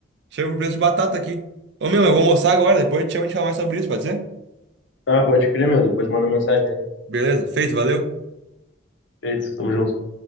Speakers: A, on the right (about 60°); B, on the left (about 65°).
A: Chega pro preço de batata aqui. Ô, meu, eu vou almoçar agora, depois eu te chamo e a gente fala mais sobre isso, pode ser?
B: Ah, pode crer, meu. Depois manda mensagem aí.
A: Beleza, feito, valeu.
B: Feito, tamo junto.